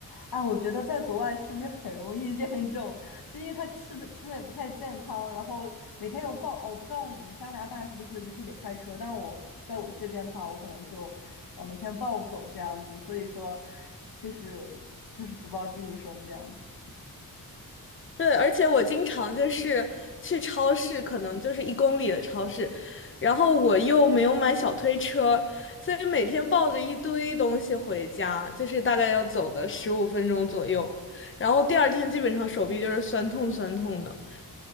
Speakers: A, on the left; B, on the left.
A: 哎，我觉得在国外是不是很容易变成这种，就因为他吃的吃的也不太健康，然后每天有暴，哦，我不知道你们加拿大是不是必须得开车，但是我在我这边的话，我可能就呃每天暴走这样子，所以说就是就是纸包机你说的这样子。
B: 对，而且我经常就是去超市，可能就是一公里的超市，然后我又没有买小推车，所以每天抱着一堆东西回家，就是大概要走个十五分钟左右，然后第二天基本上手臂就是酸痛酸痛的。